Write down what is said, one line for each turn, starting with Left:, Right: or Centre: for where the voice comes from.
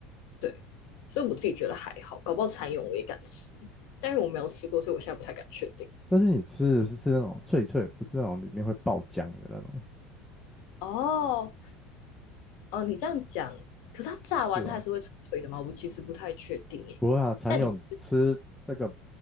Left: 对，所以我自己觉得还好，搞不好蚕蛹我也敢吃，但是我没有吃过，所以我现在不太敢确定。
Centre: 但是你吃的是是那种脆脆的，不是那种里面会爆浆的那种，
Left: 哦哦，你这样讲，可是它炸完它还是会脆脆的吗？
Centre: 是吧？
Left: 我其实不太确定耶。
Centre: 不会啊，蚕蛹吃那个
Left: 但你